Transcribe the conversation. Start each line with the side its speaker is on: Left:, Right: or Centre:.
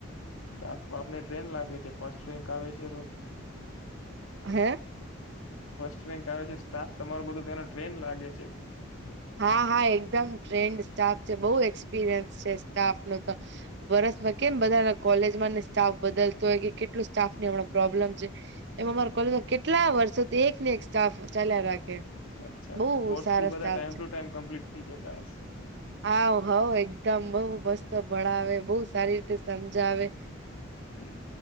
Left: સ્ટાફ તો આપને ટ્રેન લાગે છે ફર્સ્ટ રેન્ક આવે છે તો
Right: હે
Left: ફર્સ્ટ રેન્ક આવે છે સ્ટાફ તમારો બધું તેનો ટ્રેન લાગે છે
Right: હા હા એકદમ ટ્રેન્ડ સ્ટાફ છે બહુ એક્સપિરિયન્સ છે સ્ટાફ નું તો વર્સમાં કેમ બધા ના કોલેજમાં ને સ્ટાફ બદલતો હોય કે કેટલું સ્ટાફ ની હમણા પ્રોબ્લેમ છે એમ
Left: હમ,
Right: અમાર કોલેજમાં કેટલા વર્ષોથી એક ને એક સ્ટાફ ચાલ્યા રાખે
Left: અચ્છા
Right: બહુ
Left: કોર્સ
Right: સારા
Left: બી બધા
Right: સ્ટાફ
Left: ટાઈમ
Right: છે
Left: ટુ ટાઈમ કમ્પ્લીટ થઈ જતા હશે.
Right: હા હઓ એકદમ બઉ મસ્ત ભણાવે બહુ સારી રીતે સમજાવે
Left: હમ્મ